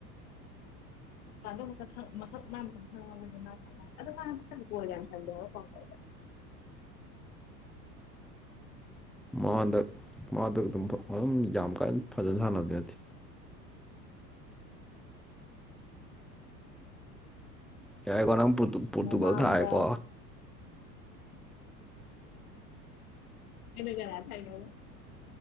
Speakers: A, on the left; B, in the centre.
A: ꯔꯣꯅꯥꯜꯗꯣ ꯃꯁꯛ ꯈꯪꯉ ꯃꯁꯛ ꯃꯥ ꯃꯊꯟ ꯈꯪꯉꯕꯅꯦ ꯑꯗꯣ ꯃꯥ ꯍꯟꯗꯛ ꯈꯪꯗꯦ ꯒꯣꯜ ꯌꯥꯝ ꯆꯜꯂꯦ ꯄꯥꯎ ꯇꯥꯢꯗ
B: ꯃꯥ ꯍꯟꯗꯛ ꯃꯥꯗ ꯑꯗꯨꯝ ꯑꯗꯨꯝ ꯌꯥꯝ ꯀꯟꯅ ꯐꯖꯅ ꯁꯥꯟꯅꯕꯗꯤ ꯅꯠꯇꯦ ꯌꯥꯏꯀꯣ ꯅꯪ ꯄꯣꯔꯇꯨ- ꯄꯣꯔꯇꯨꯒꯜ
A: ꯃꯃꯥꯡꯗ
B: ꯊꯥꯔꯦꯀꯣ
A: ꯅꯪꯅ ꯀꯅꯥ ꯊꯥꯏꯅꯣ